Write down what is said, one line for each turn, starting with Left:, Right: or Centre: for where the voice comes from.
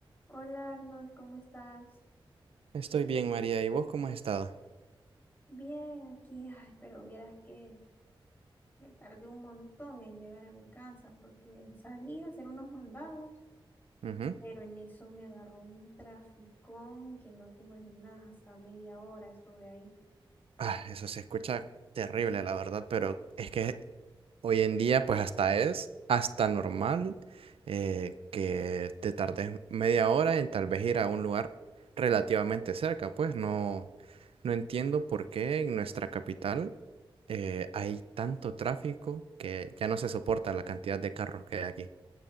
Left: Hola Arnold, ¿cómo estás?
Right: Estoy bien, María. ¿Y vos cómo has estado?
Left: Bien, aquí, ay, pero vieras que me tardé un montón en llegar a mi casa porque salí a hacer unos mandados,
Right: Ujú.
Left: pero en eso me agarró un traficón que no te imaginas, hasta media hora estuve ahí.
Right: Ah, eso se escucha terrible, la verdad, pero es que hoy en día, pues hasta es hasta normal eh, que te tardes media hora en tal vez ir a un lugar relativamente cerca. Pues no, no entiendo por qué en nuestra capital eh, hay tanto tráfico que ya no se soporta la cantidad de carros que hay aquí.